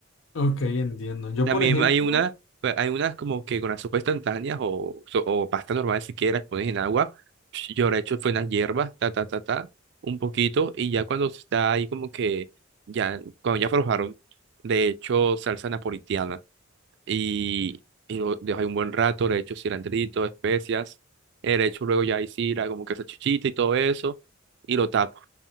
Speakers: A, on the left; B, on the right.
A: ok, entiendo. Yo,
B: También
A: por ejemplo,
B: hay una, pues, hay unas como que con las sopas instantáneas o, so- o pasta normal si quieres, pones en agua. Yo le he hecho fue unas hierbas, ta, ta, ta, ta, un poquito, y ya cuando está ahí como que, ya, cuando ya aflojaron, le he hecho salsa napolitana. y, y lo dejo ahí un buen rato, le echo cilantrito, especias, eh, le echo luego ya ahí sira, como que esa chichita y todo eso, y lo tapo.